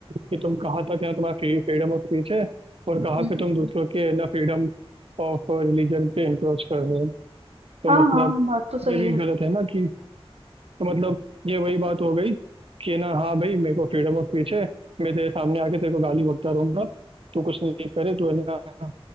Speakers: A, on the right; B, on the right.
A: कि तुम कहाँ तक है ना तुम्हारा फ्रीडम ऑफ स्पीच है और कहाँ
B: हम्म,
A: पे तुम दूसरों के ना फ्रीडम ऑफ रिलीजन पे इनक्रोच कर रहे हो तो
B: हाँ
A: मतलब
B: हाँ बात तो सही
A: ये भी
B: है
A: गलत है ना कि तो मतलब ये वही बात हो गई कि ना हाँ भाई मेरे को फ्रीडम ऑफ स्पीच है मैं तेरे सामने आके तेरे को गाली बकता रहूंगा तू कुछ नहीं करे तो है ना